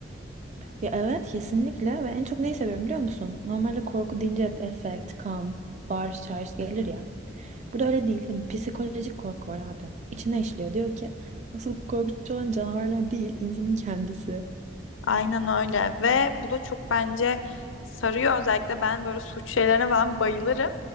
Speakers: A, on the right (about 35°); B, on the left (about 85°).
A: Ya evet kesinlikle ve en çok neyi seviyorum biliyor musun? Normalde korku deyince hep efekt, kan, bağırış çağırış gelir ya. Burada öyle değil. Hani psikolojik korku var abi. İçine işliyor. Diyor ki asıl korkutucu olan canavarlar değil, insanın kendisi.
B: Aynen öyle ve bu da çok bence sarıyor özellikle ben böyle suç şeylerine falan bayılırım.